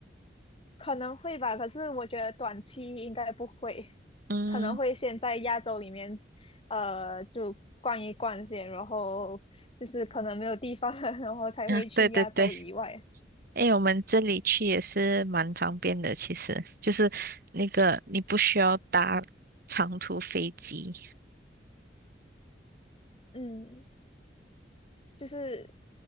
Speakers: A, on the left; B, on the right.
A: 可能会吧，可是我觉得短期应该不会，
B: 嗯
A: 可能会先在亚洲里面，呃，就逛一逛先，然后就是可能没有地方了，然后才会去亚洲以外。
B: 啊，对对对。诶，我们这里去也是蛮方便的，其实就是那个你不需要搭长途飞机。
A: 嗯。就是